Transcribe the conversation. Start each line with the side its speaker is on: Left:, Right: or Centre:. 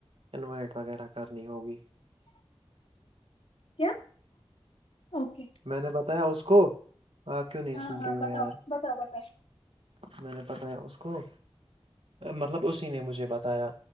Right: انوائٹ وغیرہ کرنی ہوگی
Left: کیا اوکے
Right: میں نے بتایا اس کو آپ کیوں نہیں
Left: ہاں
Right: سن
Left: ہاں
Right: رہی ہو
Left: بتاؤ
Right: یار
Left: بتاؤ بتاؤ
Right: میں نے بتایا اس کو مطلب اسی نے مجھے بتایا